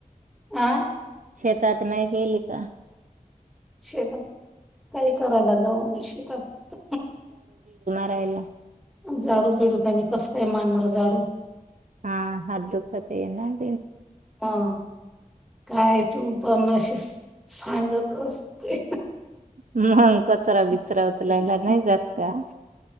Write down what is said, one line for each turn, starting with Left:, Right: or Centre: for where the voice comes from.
Centre: आह
Right: शेतात नाही केली का
Centre: शेतात काही करायला जाऊ न शेतात
Right: यला
Centre: झाडू बिडूत मी कसं काय मांडणार झाडू
Right: हा ह दुखते ये नान
Centre: हा काय तू पण अशी सांगत असते
Right: मंग कचरा बिचरा उचलायला नाही जात का